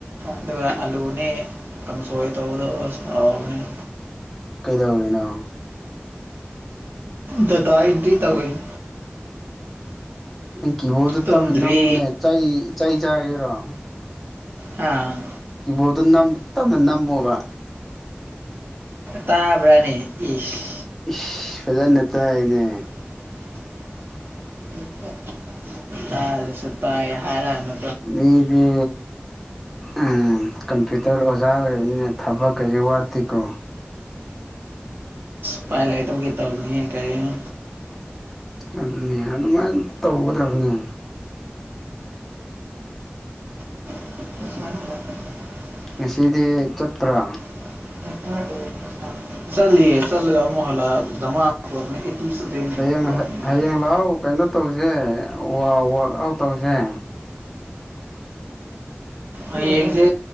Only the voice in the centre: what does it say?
ꯀꯩꯗꯧꯔꯤꯅꯣ
ꯅꯩ ꯀꯤꯕꯣꯔꯗꯇꯣ
ꯇꯞꯅ ꯅꯝꯃꯨꯅꯦ ꯆꯩ ꯆꯩ ꯆꯥꯒꯦꯔꯣ
ꯀꯤꯕꯣꯔꯠꯇꯣ ꯅꯝ ꯇꯞꯅ ꯅꯝꯃꯣꯕ
ꯏꯁ ꯐꯖꯅ ꯇꯥꯏꯌꯦꯅꯦ
ꯃꯤꯗꯤ ꯑꯥ ꯀꯝꯄ꯭ꯌꯨꯇꯔ ꯑꯣꯖꯥ ꯑꯣꯏꯔꯕꯅꯤꯅ ꯊꯕꯛꯀꯖꯦ ꯋꯥꯠꯇꯦꯀꯣ
ꯑꯗꯨꯅꯦ ꯑꯗꯨꯃꯥꯏꯅ ꯇꯧꯒꯗꯕꯅꯦ
ꯉꯁꯤꯗꯤ ꯆꯠꯇ꯭ꯔꯥ
ꯍꯌꯦꯡ ꯍꯌꯦꯡ ꯂꯥꯛꯑꯣ ꯀꯩꯅꯣ ꯇꯧꯁꯦ ꯋꯥ ꯋꯥ ꯋꯔꯥꯛ ꯑꯥꯎꯠ ꯇꯧꯁꯦ